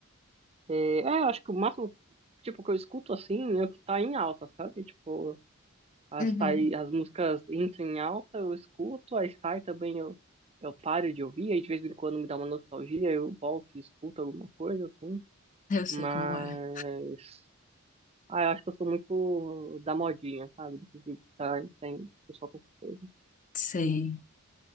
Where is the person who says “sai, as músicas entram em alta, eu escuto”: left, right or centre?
Right